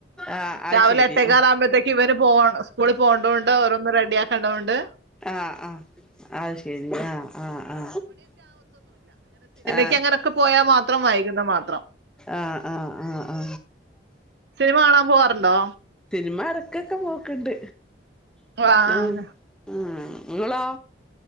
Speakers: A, in the centre; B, on the right.
A: ആഹ് അത്
B: രാവിലെ
A: ശരി
B: എട്ടേക്കാൽ ആകുമ്പോഴത്തേക്ക് ഇവര് പോ സ്കൂളിൽ പോണ്ടോണ്ട് ഓരോന്ന് ഓരോന്നന്ന് റെഡി ആക്കേണ്ടത് കൊണ്ട് ണ്ട്
A: ആ ആ അ ശരി ആ ആ ആ ആ
B: ങ്ങനൊക്കെ പോയാൽ മാത്രം വൈകും മാത്രം
A: ആ ആ ആ ആ
B: സിനിമകാണൻ പോവാറുണ്ടോ
A: സിനിമ ഇടക്കൊക്കെ പോ ക്ക് ണ്ട്
B: ആഹ്
A: ആ മം ങ്ങളോ